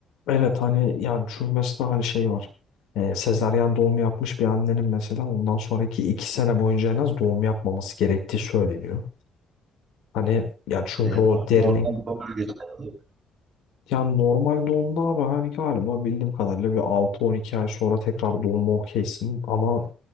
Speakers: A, on the left; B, on the right.
A: Evet hani yani çünkü mesela hani şey var. E, sezaryen doğum yapmış bir annenin mesela ondan sonraki iki sene boyunca en az doğum yapmaması gerektiği söyleniyor. Hani ya çünkü
B: Ya,
A: o
B: normal
A: derinin
B: bir olay geçerli.
A: ya normal doğumda abi hani galiba bildiğim kadarıyla bir altı on iki ay sonra tekrar doğuma okeysin ama